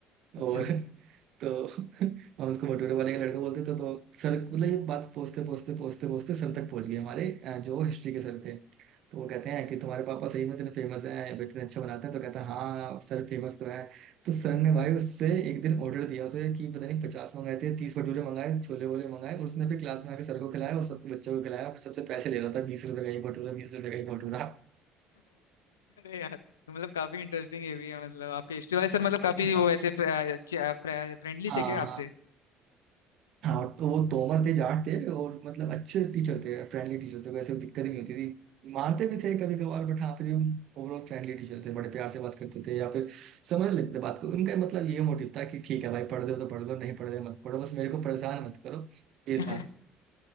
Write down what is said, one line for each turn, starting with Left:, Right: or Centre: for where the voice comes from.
Left: <laughs>
Right: और <laughs> तो <laughs> हम उसको भटूरे वाले का लड़का बोलते थे तो सर मतलब ये बात पहुंचते पहुंचते पहुंचते पहुंचते सर तक पहुंच गई हमारे अ, जो हिस्ट्री के सर थे तो वो कहते हैं कि तुम्हारे पापा सही में इतने फेमस हैं इतने अच्छा बनाते हैं तो कहता है हाँ सर फेमस तो है तो सर ने भाई उससे एक दिन ऑर्डर दिया उसे कि पता नहीं पचास मंगाए थे तीस भटूरे मंगाए छोले वोले मंगाए और उसने फिर क्लास में आके सर को खिलाया और सबके बच्चों को खिलाया और सबसे पैसे ले रहा था बीस रुपए का एक भटूरा बीस रुपए का एक भटूरा
Left: अरे यार तो मतलब काफी इंटरेस्टिंग ये भी है मतलब आपके हिस्ट्री वाले सर मतलब काफी
Right: <laughs>
Left: वो ऐसे फ्रेंडली
Right: हाँ
Left: थे क्या
Right: हाँ
Left: आपसे
Right: हाँ तो वो तोमर थे जाट थे और मतलब अच्छे टीचर थे फ्रेंडली टीचर थे वैसे दिक्कत ही नहीं होती थी मारते भी थे कभी कभार बट हाँ फिर भी ओवरऑल फ्रेंडली टीचर थे बड़े प्यार से बात करते थे या फिर समझ लेते थे बात को उनका मतलब ये मोटिव था कि ठीक है भाई पढ़ दो तो पढ़ दो नहीं पढ़ दो मत पढ़ो बस मेरे को परेशान मत करो ये
Left: <laughs>
Right: था